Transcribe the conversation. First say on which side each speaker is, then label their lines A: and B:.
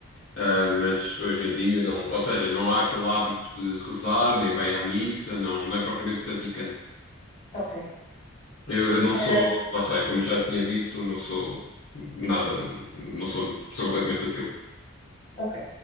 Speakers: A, on the left; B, on the left.
A: ah, mas hoje em dia não. Ou seja, não há aquele hábito de rezar, nem vai à missa, não, não é propriamente praticante.
B: ok.
A: Eu, eu não sou,
B: Ah,
A: lá está, eu como já tinha dito, não sou nada, não sou, sou completamente ateu.
B: ok.